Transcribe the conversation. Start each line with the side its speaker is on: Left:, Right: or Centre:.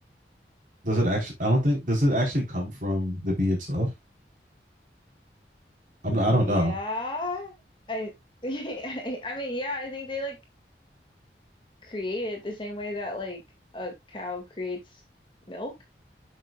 Right: Does it actually? I don't think does it actually come from the bee itself. I'm
Left: Yeah.
Right: not, I don't know.
Left: I <laughs> I mean, yeah, I think they like create it the same way that like a cow creates milk.